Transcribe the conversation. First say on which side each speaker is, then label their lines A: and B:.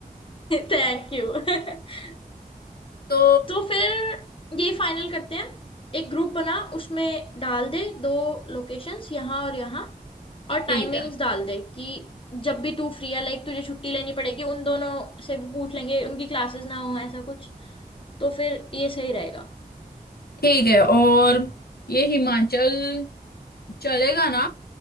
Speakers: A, on the left; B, on the left.
A: Thank you <laughs>
B: तो
A: तो फिर ये फाइनल करते हैं एक ग्रुप बना उसमें डाल दे दो लोकेशंस यहाँ और यहाँ और
B: ठीक
A: टाइमिंग्स
B: है
A: डाल दे कि जब भी तू फ्री है लाइक तुझे छुट्टी लेनी पड़ेगी उन दोनों से भी पूछ लेंगे उनकी क्लासेस ना हो ऐसा कुछ तो फिर ये सही रहेगा
B: ठीक है और ये हिमाचल चलेगा ना